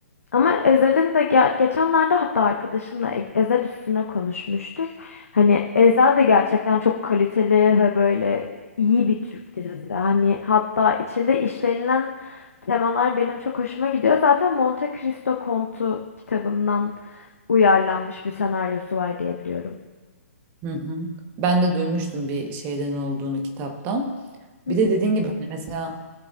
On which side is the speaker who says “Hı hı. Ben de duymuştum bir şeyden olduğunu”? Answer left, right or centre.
Right